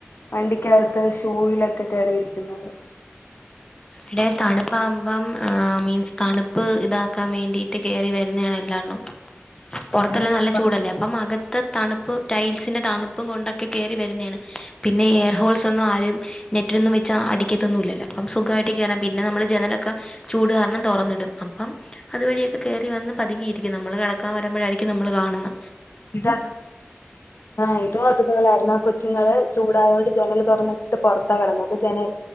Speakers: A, on the left; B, on the left.
A: വണ്ടിക്കകത്ത് ഷൂവിലൊക്കെ കയറിയിരിക്കുന്നത്
B: ഇടെ തണുപ്പാവുമ്പം ആ മീൻസ് തണുപ്പ് ഇതാക്കാൻ വേണ്ടിയിട്ട് കയറി വരുന്നതാണ് എല്ലാണ്ണേം പുറത്തല്ലാം
A: അതെ
B: നല്ല
A: പുറത്തൊക്കെ
B: ചൂടല്ലേ അപ്പം
A: ചൂടാണ്.
B: അകത് ത തണുപ്പ് ടൈൽസിന്റെ തണുപ്പും കൊണ്ടൊക്കെ കേറി വരുന്നയാണ് പിന്നെ എയർ ഹോൾസ് ഒന്നും ആരും നെറ്റിലൊന്നും വെച്ച അടിക്കത് ത്ത് ന്നുല്ലല്ലോ അയിട്ട് കയറാം പിന്നെ നമ്മൾ ജനലൊക്കെ ചൂട് കാരണം തുറന്നിടും അപ്പം അതുവഴിയൊക്കെ കയറി വന്ന് പതുങ്ങിയിരിക്കും നമ്മള് കെടക്കാൻ വരുമ്പോഴായിരിക്കും നമ്മൾ കാണുന്ന
A: ഇതത് ആ ഇതും അതുപോലായിരുന്നാ കൊച്ചുങ്ങള് ചൂടായോണ്ട് ജനൽ തുറന്നിട്ട് പുറത്ത കിടന്നെ അപ്പൊ ജനൽ